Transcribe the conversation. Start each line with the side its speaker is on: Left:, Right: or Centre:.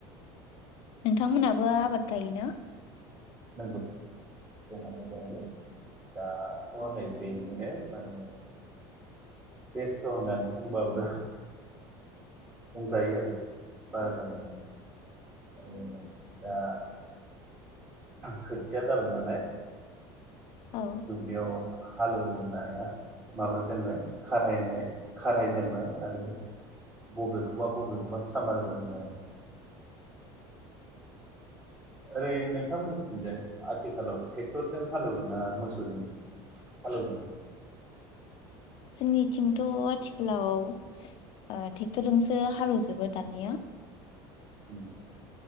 Left: नोंथांमोनहाबो आबाद गायोना?
Right: <unintelligible> जोंना मोजां दाथ' हनै बेनिनो माने बेस्थ होननानै बुंबाबो बुंजायो आरो बारा जानाय <unintelligible> दा। खोथिया जाबाय नालाय।
Left: औ
Right: दुबलियाव हालेवनाया माबा जेनबाय खारायनाय खारायजेनबाय आरो बबेखौबा बबेखौबा सामारबो होबाय आरो। ओरै नोंथांमोननिथिंजाय आथिखालाव ट्रेक्टरजों हालेवोना मोसौजों हालेवो?
Left: जोंनिथिंथ आथिखालाव ओ ट्रेक्टरजोंसो हालेवजोबो दानिया।
Right: उम।